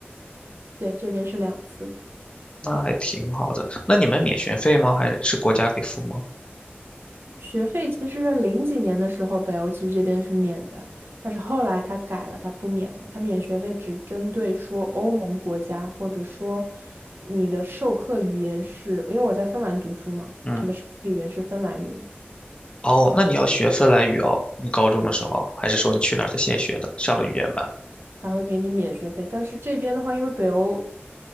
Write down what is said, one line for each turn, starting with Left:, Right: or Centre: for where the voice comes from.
Right: 对，这边是两次。
Left: 那还挺好的。那你们免学费吗？还是国家给付吗？
Right: 学费其实是零几年的时候，北欧其实这边是免的，但是后来它改了，它不免了。它免学费只针对说欧盟国家，或者说你的授课语言是，因为我在芬兰读书嘛，
Left: 嗯，
Right: 语言是芬兰语，
Left: 哦，那你要学芬兰语哦，你高中的时候，还是说你去哪儿才现学的，上了语言班？
Right: 它会给你免学费。但是这边的话，因为北欧